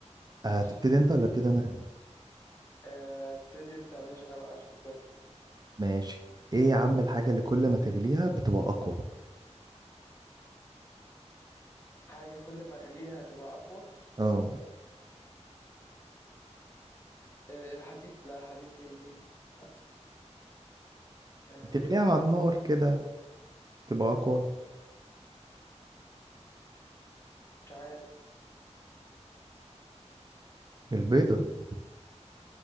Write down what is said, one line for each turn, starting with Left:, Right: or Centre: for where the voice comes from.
Left: ماشي
Right: هتبتدي انت ولا ابتدي انا
Left: آه، ابتدي انت ماشي عشان ابقى اشوف الدنيا
Right: ماشي ايه يا عم الحاجة اللي كل ما تغليها بتبقى اقوى
Left: حاجة كل ما اغليها هتبقى اقوى
Right: اه
Left: آه، الحديد لا الحديد بيلين لا آه،
Right: بتغليها
Left: حاجة
Right: على النار
Left: كل ما
Right: كده تبقى اقوى
Left: مش عارف
Right: البيضة <laughs>